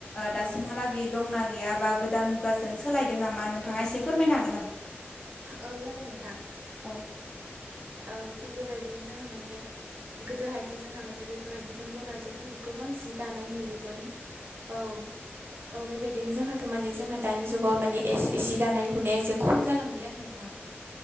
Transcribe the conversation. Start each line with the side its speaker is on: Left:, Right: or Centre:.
Left: दासिमहालागै
Right: औ
Left: दंना गैया बा गोदान मुगाजों सोलायदों नामा नोंथाङा
Right: औ
Left: एसे फोरमायना हो
Right: औ जागोन नोंथां
Left: औ
Right: औ थिग बेबायदिनो जोंहा माने गोदोहायथ' जोंहा माने बेफोरबायदि जों बर' आइजोफोरखौ गोबां जि दानाय नुयोमोन औ
Left: <inaudible>
Right: औ बेबायदिनो जोंहाथ' माने जोंहा दानि जुगाव माने ए-एसे दानाय लुनाया एसे खम जालांबाय आरो नोंथां